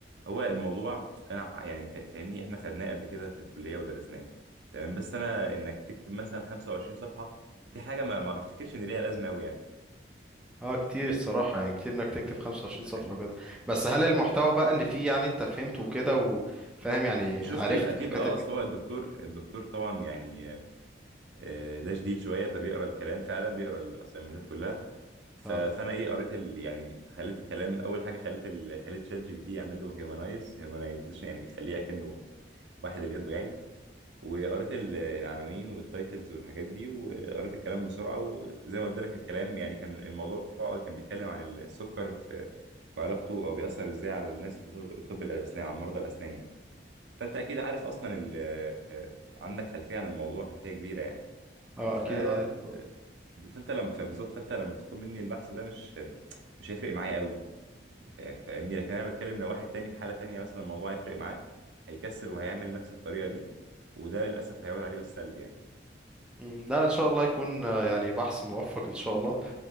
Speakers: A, on the right; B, in the centre.
A: هو الموضوع انا ع- يعني فا- فاهمني احنا خدناه قبل كده في الكليه ودرسناه تمام بس انا انك تكتب مثلا 25 صفحه دي حاجه ما ما بفتكرش ان ليها لازمه قوي يعني
B: اه كتير
A: فاهم انت
B: الصراحة يعني كتير انك تكتب 25
A: فاهمني
B: صفحة وكده بس هل المحتوى بقى اللي فيه يعني انت فهمته وكده وفاهم يعني
A: شفت
B: عرفت
A: ال- اكيد
B: انت كاتب
A: اه اصل
B: ايه؟
A: هو الدكتور الدكتور طبعا يعني آه، ده شديد شويه فبيقرا الكلام فعلا بيقرا الاسايمنتات كلها ف-
B: اه
A: فانا ايه قريت ال يعني خليت الكلام اول حاجه خليت ال خليت شات جي بي تي يعمل له هيومنايز هيومنايزيشن يعني يخليه اكنه واحد اللي يده يعني وقريت ال- العناوين والتايتلز والحاجات دي وقريت الكلام بسرعه وزي ما قلت لك الكلام يعني كان الموضوع كان بيتكلم عن السكر في وعلاقته او بيأثر ازاي على الناس في طب طب الاسنان على مرضى الاسنان يعني فانت اكيد عارف اصلا ال- آه، عندك خلفيه عن الموضوع خلفيه كبيره يعني
B: اه
A: ف
B: اكيد
A: آه،
B: عارف طب
A: فانت لما فبالظبط فانت لما تطلب مني البحث ده مش مش هيفرق معايا قوي فا- فاهمني لكن انا بتكلم لو واحد تاني في حاله تانيه مثلا الموضوع هيفرق معاه هيكسر وهيعمل نفس الطريقه دي وده للاسف هيعود عليه بالسلب يعني
B: مم. لا ان شاء الله يكون آه، يعني بحث موفق ان شاء الله